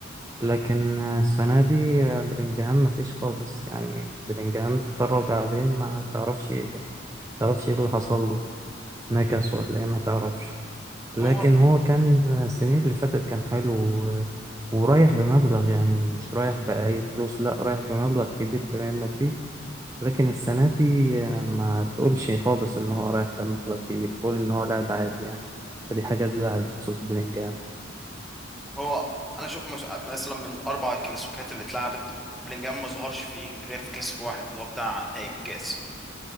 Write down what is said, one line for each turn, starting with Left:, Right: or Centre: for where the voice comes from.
Right: لكن السنة دي بلينجهام مفيش خالص يعني بلينجهام اتفرج عليه ما تعرفش إيه ده ما تعرفش إيه اللي حصل له نكس ولا إيه ما تعرفش لكن
Centre: هو
Right: هو كان
Centre: مم.
Right: السنين اللي فاتت كان حلو و- ورايح بمبلغ يعني مش رايح بأي فلوس لا رايح بمبلغ كبير لريال مدريد لكن السنة دي ما تقولش خالص إن هو رايح بمبلغ كبير تقول إن هو لاعب عادي يعني فدي حاجة تزعل بخصوص بلينجهام
Centre: هو انا شوف مس- مثلا من الاربع كلاسيكات اللي اتلعبت بلينجهام ما ظهرش فيه غير في كلاسيكو واحد اللي هو بتاع نهائي الكاس